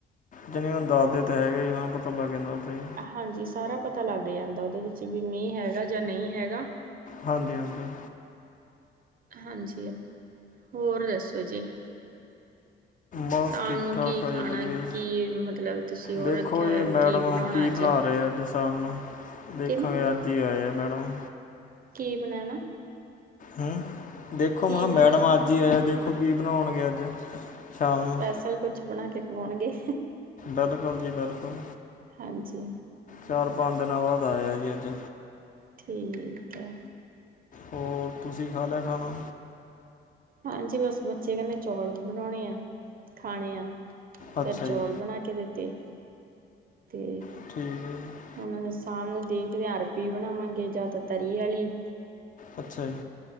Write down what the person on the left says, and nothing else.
ਕੁਝ ਨੀਂ, ਦੱਸਦੇ ਤੇ ਹੈਗੇ ਹੀ ਆਂ ਪਤਾ ਲੱਗ ਜਾਂਦਾ ਓਥੇ ਈ।
ਹਾਂਜੀ- ਹਾਂਜੀ।
ਬਾਸ
ਠੀਕ-
ਠਾਕ
ਆ ਜੀ ਵਧੀਆ ਜੀ,
ਦੇਖੋ
ਜੀ
ਮੈਡਮ
ਹੁਨ ਕੀ
ਬਨਾ ਰਏ ਆ ਅੱਜ ਸ਼ਾਮ ਨੂੰ ਦੇਖਾਂਗੇ,
ਅੱਜ ਈ ਆਏ ਆ ਮੈਡਮ।
ਹਮ, ਦੇਖੋ ਮੈ ਖਹਾਂ
ਮੈਡਮ
ਅੱਜ ਈ ਆਏ, ਦੇਖੋ ਕੀ ਬਨਾਓਣਗੇ ਅੱਜ ਸ਼ਾਮ
ਨੂੰ
ਬਿਲਕੁਲ ਜੀ -ਬਿਲਕੁਲ।
ਚਾਰ ਪੰਜ ਦਿਨਾਂ ਬਾਦ ਆਯਾ ਜੀ ਅੱਜ।
ਹੋਰ ਤੁਸੀਂ ਖਾ ਲਿਆ ਖਾਣਾ?
ਅੱਛਾ
ਜੀ
ਠੀਕ ਐ ਜੀ।
ਅੱਛਾ ਜੀ,